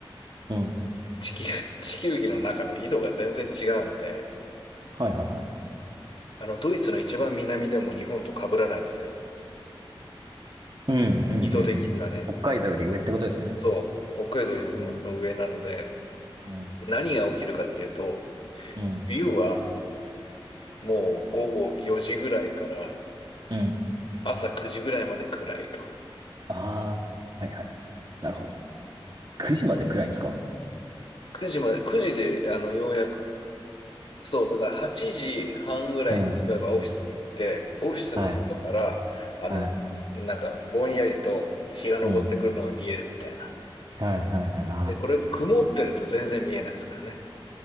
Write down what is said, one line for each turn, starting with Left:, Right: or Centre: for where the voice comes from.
Right: うん。
Left: 地球、<laughs> 地球儀の中の緯度が全然違うので、
Right: はいはいはい。
Left: あの、ドイツの一番南でも日本と被らないんですよ。
Right: うん、うん、うん、
Left: 緯度的にはね、
Right: うん。北海道より上ってことですよね。
Left: あの、そう、北海道よりも上なので、
Right: うん、うん、
Left: 何が起きるかっていうと、
Right: うん、
Left: 冬はもう午後4時ぐらいから
Right: うん。
Left: 朝9時ぐらいまで暗いと。
Right: ああ、はいはい。なるほど。9時まで暗いんですか <laughs>
Left: 9時まで、9時で、あの、ようやく、そう、だから8時半ぐらいに、
Right: はい。
Left: 例えばオフィスに行って、オフィスの窓から、
Right: はい。
Left: あの、
Right: はい。
Left: なんか、ぼんやりと日が昇ってくるのが見えるみたいな。
Right: うん。はいはいはい。あ、
Left: で、これ、曇ってると全然見えないですからね。